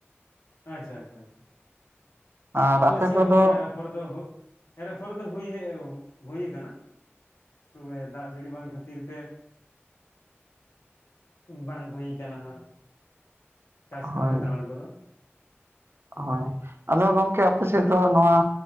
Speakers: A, on the left; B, on the right.
A: ᱟᱪᱪᱷᱟ ᱟᱪᱪᱷᱟ ᱟᱪᱪᱷᱟ,
B: ᱟᱨ
A: ᱟᱞᱮ
B: ᱟᱯᱮ
A: ᱥᱮᱫ
B: ᱠᱚᱫᱚ
A: ᱦᱚᱸ ᱮᱨ ᱯᱷᱚᱨ ᱫᱚ ᱦᱩᱜ, ᱮᱨ ᱟᱯᱷᱚᱨ ᱫᱚ ᱦᱩᱭ ᱦᱮᱡ ᱦᱩᱭ ᱟᱠᱟᱱᱟ᱾ ᱛᱚᱵᱮ ᱫᱟᱜ ᱡᱟᱹᱲᱤ ᱵᱟᱝ ᱠᱷᱟᱹᱛᱤᱨ ᱛᱮ ᱵᱟᱝ ᱦᱩᱭ ᱠᱟᱱᱟ ᱦᱟᱸᱜ, ᱪᱟᱥ ᱠᱟᱹᱢᱤ
B: ᱦᱳᱭ
A: ᱨᱮᱫᱚ ᱟᱬᱜᱚ ᱫᱚ᱾
B: ᱦᱳᱭ, ᱟᱫᱚ ᱜᱚᱝᱠᱮ ᱟᱯᱮ ᱥᱮᱫ ᱫᱚ ᱱᱚᱣᱟ